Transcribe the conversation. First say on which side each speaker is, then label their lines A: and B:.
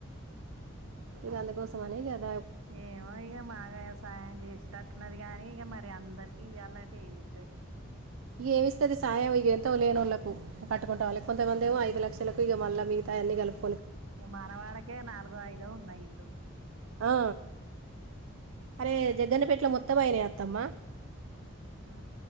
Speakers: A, on the right; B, on the right.
A: గందు కోసమనే గదా
B: ఏమో ఇక మాగ వ్యవసాయం చేసేటట్టునది కానీ ఇక మరి అందరికి ఇయ్యాలంటే ఏం ఇత్తది
A: ఇక ఏమి ఇస్తాది సాయం ఇక ఎంతో లేని వాళ్ళలకు పట్టుకుంటా పోవాలి కొంతమంది ఐదు లక్షలకు ఇగ మల్ల మిగతావి అన్ని కలుపు
B: మనవాడకే నాలుగో ఐదో ఉన్నాయి ఇండ్లు
A: ఆ. అరే జగ్గన్నపేట్లో మొత్తం అయినాయి అత్తమ్మా
B: ఆ,